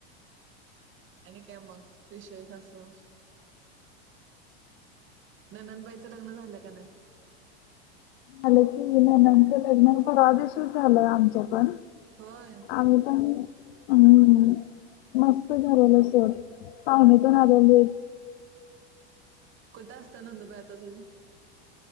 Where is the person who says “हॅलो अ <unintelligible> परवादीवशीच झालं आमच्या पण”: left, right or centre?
Left